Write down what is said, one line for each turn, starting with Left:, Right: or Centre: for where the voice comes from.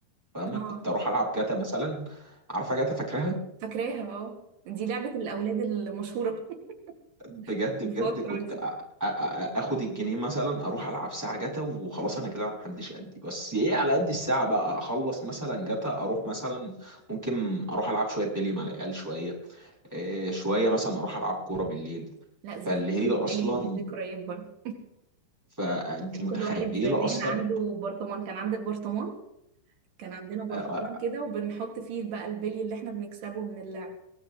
Centre: فاهمه
Right: اه
Centre: كنت اروح العب جاتا مثلا عارفه جاتا فاكرها
Right: فاكراها اه دي لعبة الأولاد المشهورة
Centre: بجد
Right: <laughs> في
Centre: بجد
Right: الفترة
Centre: كنت
Right: دي
Centre: أ- أ- أ- اخد الجنيه مثلا اروح العب ساعه جتا وخلاص انا كده محدش قدي بس ايه على قد الساعه بقى اخلص مثلا جتا اروح مثلا ممكن اروح العب شويه بلي مع العيال شويه إيه شويه مثلا اروح العب كوره بالليل
Right: لا ذكريات
Centre: فاللي هي
Right: البلي
Centre: اصلا
Right: دي ذكريات برضه
Centre: فانت
Right: يعني
Centre: متخيله
Right: كل واحد زمان
Centre: اصلا
Right: عنده برطمان كان عندك برطمان كان عندنا برطمان
Centre: أ- أ-
Right: كده وبنحط فيه بقى البلي اللي احنا بنكسبه من اللعب